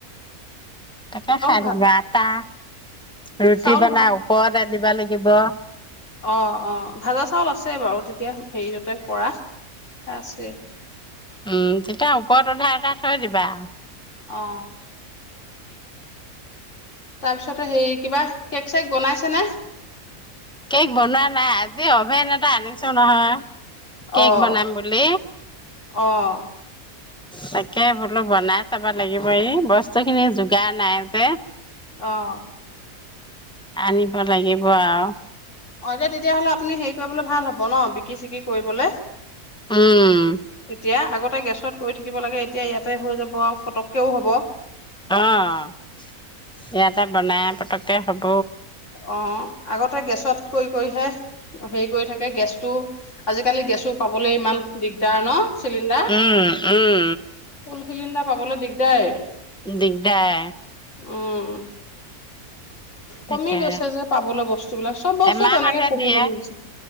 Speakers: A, in the centre; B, on the left (about 50°).
A: তাকে খাই
B: ভা
A: থাকিবা আতা ৰুটি
B: চাউল
A: বনাই ওপৰতে দিব লাগি দিব।
B: অ', অ', ভাজা চাউল আছে বাৰু তেতিয়া হেৰিয়তে কৰা। আছে।
A: উম, তেতিয়া ওপৰত উঠাই এটা থৈ যিবা আৰু।
B: অ'। তাৰপিছতে হেৰি, কিবা কেক-চেক বনাইছে নে?
A: কেক বনোৱা নাই, আজি অভেন এটা আনিছো নহয়
B: অ',
A: কেক বনাম বুলি
B: অ'।
A: তাকে বোলো বনাই চাব লাগিব, ই বস্তু খিনি যোগাৰ নাই যে
B: অ'।
A: আনিব লাগিব আৰু
B: অ', দে, তেতিয়াহ'লে আপুনি হেৰি কৰিবলৈ ভাল হ'ব ন? বিক্ৰী-চিক্ৰী কৰিবলে
A: উম।
B: এতিয়া, আগতে গেছত কৰি থাকিব লাগে, এতিয়া ইয়াতে হৈ যাব আৰু পতককেও হ'ব।
A: অ' ইয়াতে বনাই পতককে হ'ব।
B: অ আগতে গেছত কৰি কৰিহে হেৰি কৰি থাকে গেছটো, আজিকালি গেছো পাবলৈ ইমান দিগদাৰ ন? চিলিণ্ডাৰ <unintelligible>
A: উম উম
B: চিলিণ্ডাৰ পাবলৈ দিগদাৰেই।
A: দিগদাৰ।
B: উম।
A: তাকে
B: কমি গৈছে যে পাবলৈ বস্তুবিলাক, চব বস্তুৱে
A: এমাহতহে
B: তেনেকে কমি
A: দিয়ে
B: কমি গৈছে,